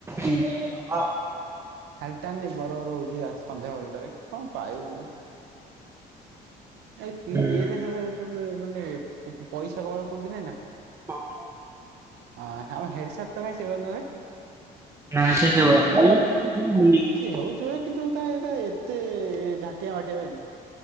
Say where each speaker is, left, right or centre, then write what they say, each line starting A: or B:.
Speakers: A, on the right; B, on the right.
A: ଇ, ହଁ।
B: ଖାଲଟା ନି ବର ଗରଗର ହଉଚି ଆ, ସନ୍ଧ୍ୟା ବେଳଟାରେ। କଣ ପାଇବୁ? ଆଉ ଇ
A: ହୁଁ।
B: ଇଏରେ ସେ <unintelligible> ସବେଳେ ମାନେ ପ-ପ-ପଇସା <unintelligible> କୁହନ୍ତି ନାାଇଁ ନା
A: ହଁ।
B: ହଁ ଆମ ହେଡ୍ ସାର୍ ତ କାଇଁ ସେ ଭାବେ ନୁହେଁ।
A: ନା ସେେଷ
B: ମାନେ
A: ବ। <inaudible>
B: ସିଏ ହଉଥିବେ କିନ୍ତୁ ତା ଏଟା ଏତେ ଝାଟିଆ ବାଟିଆ ବିନ।